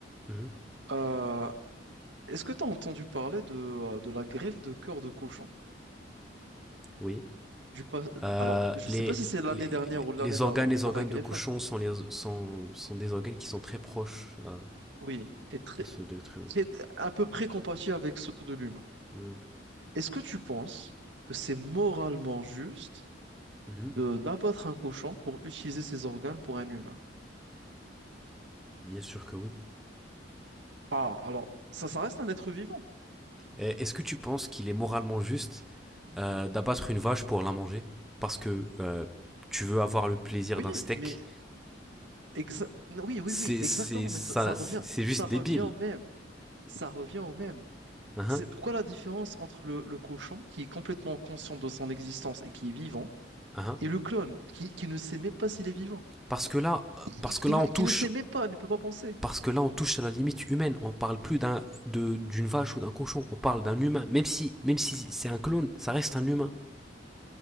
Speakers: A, in the centre; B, on the right.
A: Mhm,
B: Euh, est-ce que tu as entendu parler de, euh, de la greffe de cœur de cochon?
A: Oui.
B: Du pas...
A: Euh,
B: Alors, je ne
A: les,
B: sais pas si c'est l'année
A: les,
B: dernière
A: les-
B: ou l'année
A: les
B: d'avant,
A: organes, les
B: on
A: organes
B: a greffé.
A: de cochon sont, les, sont, sont des organes qui sont très proches euh,
B: Oui, et très,
A: à ceux de l'être humain.
B: c'est à peu près compatible avec ceux de l'humain.
A: Mhm,
B: Est-ce que tu penses que c'est moralement juste
A: mhm,
B: de d'abattre un cochon pour utiliser ses organes pour un humain?
A: Bien sûr que oui.
B: Ah, alors, ça, ça reste un être vivant.
A: Est-ce que tu penses qu'il est moralement juste euh, d'abattre une vache pour la manger parce que euh, tu veux avoir le plaisir
B: Oui,
A: d'un steak
B: mais exa- non, oui, oui,
A: C'est
B: oui, exactement,
A: c'est ça,
B: mais ça, ça revient,
A: c'est c'est juste
B: ça revient
A: débile.
B: au même, ça revient au même.
A: Hein,
B: C'est pourquoi la différence entre le, le cochon, qui est complètement conscient de son existence et qui est vivant,
A: hein. hein.
B: et le clone, qui, qui ne sait même pas s'il est vivant,
A: Parce que là, euh, parce
B: qui, qui
A: que là
B: ne,
A: on
B: qui
A: touche,
B: ne sait même pas, ne peut pas penser.
A: parce que là on touche à la limite humaine. On parle plus d'un de d'une vache ou d'un cochon. On parle d'un humain. Même si même si c'est un clone, ça reste un humain.